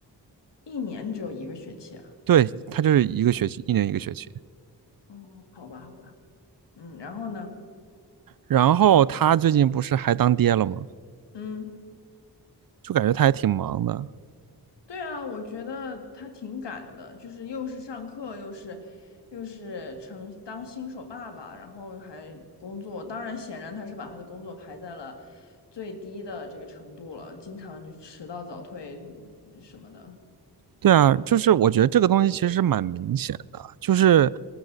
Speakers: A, on the left; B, on the right.
A: 一年只有一个学期啊？
B: 对，他就是一个学期，一年一个学期。
A: 哦，好吧，好吧，嗯，然后呢？
B: 然后他最近不是还当爹了吗？
A: 嗯，
B: 就感觉他还挺忙的。
A: 对啊，我觉得他挺赶的，就是又是上课，又是又是成当新手爸爸，然后还工作。当然，显然他是把他的工作排在了最低的这个程度了，经常就迟到早退嗯什么的。
B: 对啊，就是我觉得这个东西其实蛮明显的，就是